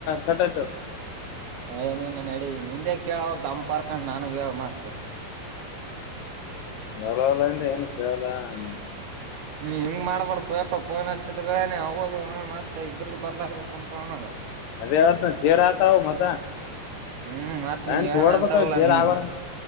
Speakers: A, on the left; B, on the right.
A: ಕಟ್ಟಾಯ್ತು
B: ಏ ನೀನು ನಡಿ ನಿಂದೆ ಕೇಳಲ್ ತಂಪರ್ಕಂಡು ನಾನಗ ಹೇಳ ಮತ್ <inaudible>
A: ರಲಾವಲಂತ ಏನ ಕಲ <unintelligible>
B: ನೀ ಹಿಂಗ್ ಮಾಡ್ಬೇಡ್ ಪಪ ಫೋನ್ ಹಚ್ಚಿದಗಳೇನೆ ಹದು <unintelligible> ಮತ್ತ ಇಬ್ರ ಬರ್ಲಾರ ಕುಂತ ಅನೋದವು
A: ಅದೇ ಅವತ್ತು ಚೆರ ಆತ ಅವ್ ಮತ
B: ಹ್ಮ್ ಮತ್
A: ಫ್ರೆಂಡ್ಸ್
B: ನೀ ಎನ
A: ಓಡ್ಬೇಕ
B: ಅಂತರಲ್ಲ
A: ಜೇರ್
B: ನೀ
A: ಆಬಾರ